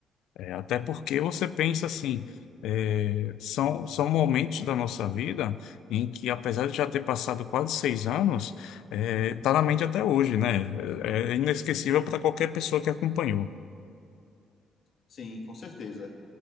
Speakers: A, on the left; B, on the left.
A: É, até porque você pensa assim, é, são, são momentos da nossa vida em que, apesar de já ter passado quase seis anos, é, tá na mente até hoje, né? É, é inesquecível para qualquer pessoa que acompanhou.
B: Sim, com certeza.